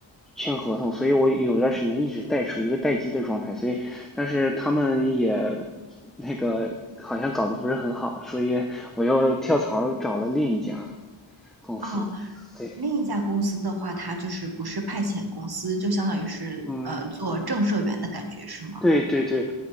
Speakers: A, in the centre; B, on the right (about 50°).
A: 签合同，所以我有段时间一直待处于一个待机的状态，所以但是他们也那个好像搞得不是很好，所以我又跳槽找了另一家公司。
B: 哦，
A: 对，
B: 另一家公司的话，它就是不是派遣公司，就相当于是呃做正社员的感觉是吗？
A: 嗯，对对对，